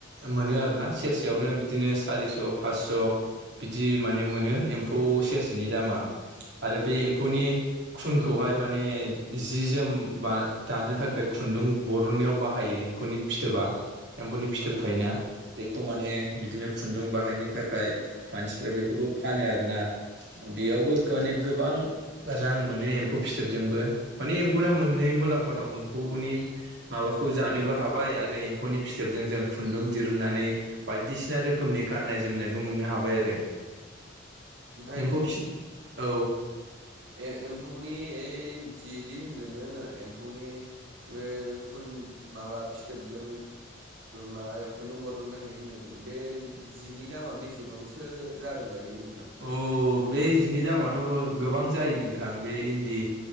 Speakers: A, on the right; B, on the right.
A: मोनो आरोना। ना सेरसेयावनो बिदिनो सारिस' फास स' बिदि माने मोनो एम्फौ सेरसेनि दामा आरो बे एम्फौनि खुनखौहाय माने जि जोम बा दानो थाखाय खुन्दुं बरननायाव बाहायो। एम्फौनि फिथोबा एम्फौनि फिथोब
B: औ औ
A: थायोना बेखौ माने बिदिनो खुन्दुं बाहायनो थाखाय मानसिफ्रा बेखौबो फानो आरो ना। बेयावबो माने गोबां रां मोनो एम्फौ फिथोबजोंबो माने एम्फौ मोननै मुलाम्फा दं एम्फौ नि माबाखौ जानोबो हाबाय आरो एम्फौनि फिथोब जों जों खुुनदुं दिरुन नानै बायदिसिना रोखोमनि गान्नाय जोमनायबो मोननो हाबाय आ रो
B: ओमफ्राय
A: एम्फौ फिसि औ
B: ए-एम्फौनि ओइ जिदि होनदों नोङो एम्फौनि बे खुन माबा फिथोबजों माबा खुन्दुं बरननो हायो होनदों। बे जिनि दामा बेसेबांसो जागोन बायदि नों
A: अ बे जिनि दामाथ' गोबां जायो नोंथां बे इन्दि